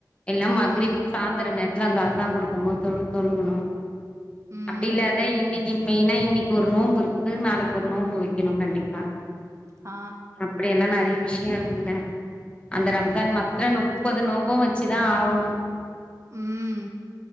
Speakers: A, on the left; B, on the right.
A: எல்லா மக்ரிப்
B: ம்.
A: சாந்திர நேரத்துல அந்த அதா குடுக்கமோ தொ தொழுகுணு
B: ம்.
A: அப்டில்லாத இன்னிக்கு மெய்னா இன்னைக்கு ஒரு நோம்பு இருக்குது நாளைக்கு ஒரு நோம்பு வைக்கணு கண்டிப்பா
B: ஆ
A: அப்டியெல்லா நெறைய விஷ்யோ இருக்குதுல்ல அந்த ரம்ஜான்
B: ஓ!
A: மாத்ர
B: சரி,
A: முப்பது
B: சரி.
A: நோன்பூ வச் ச்சுதா ஆவுணு
B: ம்